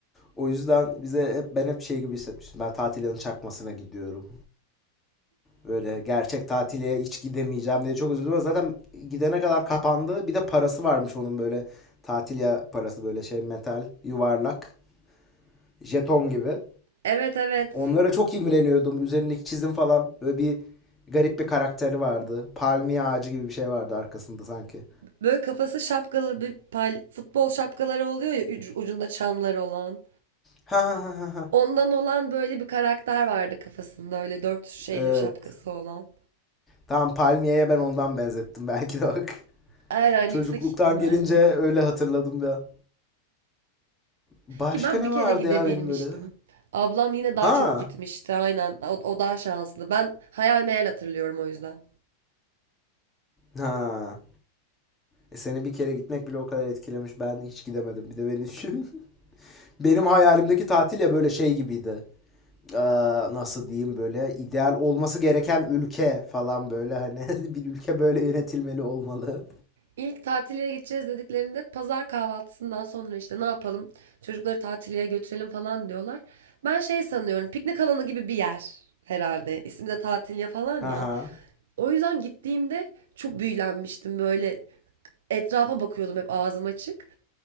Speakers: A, on the left; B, on the right.
A: O yüzden bize hep ben hep şey gibi hissetmiştim. Ben tatilin çakmasına gidiyorum. Böyle gerçek tatile hiç gidemeyeceğim diye çok üzüldüm. Zaten gidene kadar kapandı. Bir de parası varmış onun böyle tatil ya parası böyle şey metal, yuvarlak, jeton gibi.
B: Evet evet.
A: Onlara çok imreniyordum. Üzerindeki çizim falan böyle bir garip bir karakteri vardı. Palmiye ağacı gibi bir şey vardı arkasında sanki.
B: Böyle kafası şapkalı bir pal- futbol şapkaları oluyor ya ucunda çanlar olan.
A: Ha ha ha ha ha.
B: Ondan olan böyle bir karakter vardı kafasında. Öyle dört şeyli
A: Evet.
B: şapkası olan.
A: Tamam palmiyeye ben ondan benzettim <laughs> belki de bak.
B: Aynen
A: Çocukluktan
B: yüksek ihtimalle.
A: gelince öyle hatırladım ya. Başka
B: Ki ben
A: ne
B: bir kere
A: vardı
B: gidebilmiştim.
A: ya benim böyle?
B: Ablam yine
A: Ha.
B: daha çok gitmişti. Aynen. O, o daha şanslı. Ben hayal meyal hatırlıyorum o yüzden.
A: Ha. E seni bir kere gitmek bile o kadar etkilemiş. Ben hiç gidemedim. Bir de beni düşün. <laughs> Benim hayalimdeki tatil ya böyle şey gibiydi. Ee, nasıl diyeyim böyle ideal olması gereken ülke falan böyle hani <laughs> bir ülke böyle yönetilmeli olmalı.
B: İlk tatiliye gideceğiz dediklerinde pazar kahvaltısından sonra işte ne yapalım? Çocukları tatiliye götürelim falan diyorlar. Ben şey sanıyorum piknik alanı gibi bir yer herhalde. İsmi de tatiliye falan
A: haha
B: ya.
A: ha.
B: O yüzden gittiğimde çok büyülenmiştim böyle etrafa bakıyordum hep ağzım açık.